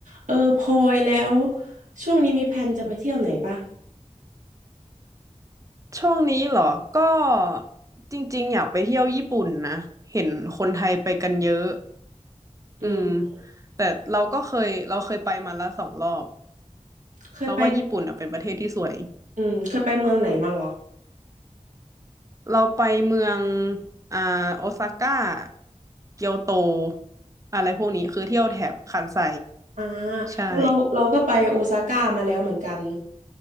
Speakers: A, on the right; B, on the right.
A: เออพลอยแล้วช่วงนี้มีแผนจะไปเที่ยวไหนปะ
B: ช่วงนี้เหรอ ก็จริงๆอยากไปเที่ยวญี่ปุ่นนะ เห็นคนไทยไปกันเยอะ
A: อืม
B: อืมแต่เราก็เคยเราเคยไปมาแล้วสองรอบ
A: เคยไป
B: เราว่าญี่ปุ่นอ่ะเป็นประเทศที่สวย
A: อืมเคยไปเมืองไหนมาหรอ
B: เราไปเมืองอ่าโอซาก้าเกียวโตอะไรพวกนี้คือเที่ยวแถบคันไซ
A: อ่า
B: ใช่
A: เราเราก็ไปโอซาก้ามาแล้วเหมือนกัน